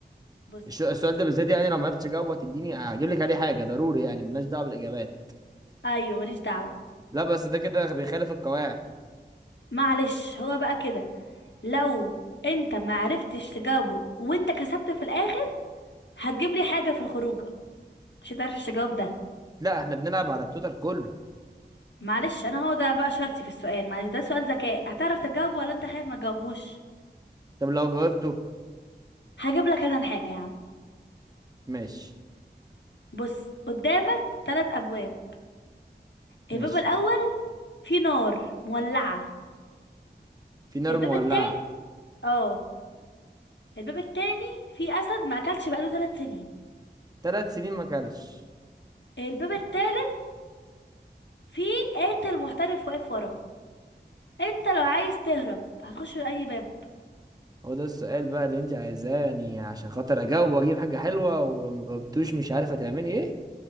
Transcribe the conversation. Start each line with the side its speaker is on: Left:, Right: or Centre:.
Left: بص
Right: الش- السؤال ده بالذات يعني لو ما عرفتش اجاوبه هتديني هجيب لك عليه حاجة ضروري يعني ملناش دعوة بالإجابات
Left: ايوه ماليش دعوه
Right: لا بس ده كده بيخالف القواعد
Left: معلش هو بقى كده لو انت ما عرفتش تجاوبه وانت كسبت في الاخر هتجيب لي حاجه في الخروج عشان تعرفش تجاوب ده
Right: لا احنا بنلعب على التوتال كله
Left: معلش انا هو ده بقى شرطي في السؤال معلش ده سؤال ذكاء هتعرف تجاوبه ولا انت خايف ما تجاوبوش
Right: طب لو جاوبته
Left: هجيب لك انا الحاجه يا عم
Right: ماشي
Left: بص قدامك ثلاث ابواب الباب
Right: ماشي
Left: الاول فيه نار مولعه
Right: في نار
Left: الباب
Right: مولعة
Left: التاني اه الباب التاني فيه اسد ما اكلش بقاله ثلاث سنين
Right: ثلاث سنين ما كلش
Left: الباب التالت فيه قاتل محترف واقف وراه انت لو عايز تهرب هتخش من اي باب
Right: هو ده السؤال بقى اللي انت عايزاني عشان خاطر اجاوب واجيب حاجة حلوة وما جاوبتوش مش عارف هتعملي ايه